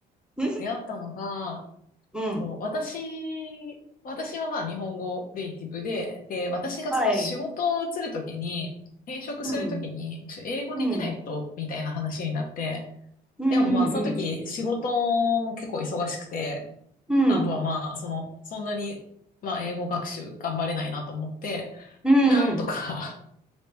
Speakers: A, in the centre; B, on the left.
A: <laughs>
B: 出会ったのが、
A: うん。
B: そう、私、私はまあ日本語ネイティブで、で、私がその仕事を移るときに、
A: はい。
B: 転職するときに、
A: うん。
B: ちょ英語できないと、
A: うん。
B: みたいな話になって、
A: うん。
B: でもまあその時仕事
A: うん。
B: も結構忙しくて、
A: うん。
B: あとはまあその、そんなにまあ英語学習頑張れないなと思って、
A: うん。うん。
B: なんとか
A: うん。
B: <laughs>